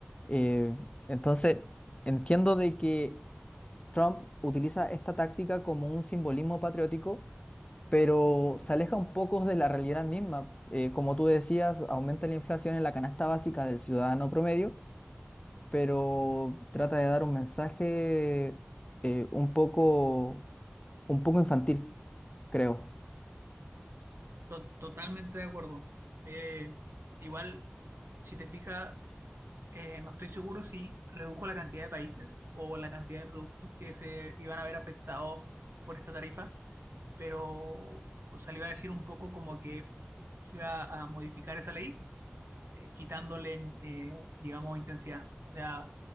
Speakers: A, on the left; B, on the right.
A: Eh, entonces, entiendo de que Trump utiliza esta táctica como un simbolismo patriótico, pero se aleja un poco de la realidad misma. Eh, como tú decías, aumenta la inflación en la canasta básica del ciudadano promedio pero trata de dar un mensaje eh, un poco, un poco infantil, creo.
B: To- totalmente de acuerdo. Eh, igual, si te fijas, eh, no estoy seguro si redujo la cantidad de países o la cantidad de productos que se iban a ver afectados por esta tarifa, pero salió a decir un poco como que iba a modificar esa ley eh, quitándole, eh, digamos, intensidad. O sea,